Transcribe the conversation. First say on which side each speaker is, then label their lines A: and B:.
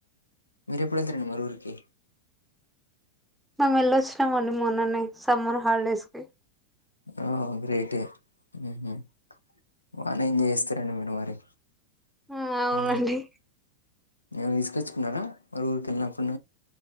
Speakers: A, on the left; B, in the centre.
A: మీరె ఎప్పుడేళ్తారండి మరీ ఊరికి
B: మేము వెల్ళొచ్చినా మండి మొన్ననే సమ్మర్ హాలిడేస్ కి
A: ఓహో గ్రేటే మ్మ్ హ్ బాగానే ఎంజాయ్ చేస్తారండి మీరు మరి
B: ఆ అవునండి
A: హ్ ఎమన్నా తీస్కొచ్చుకున్నారా మరి ఊరికేళ్ళినప్పుడు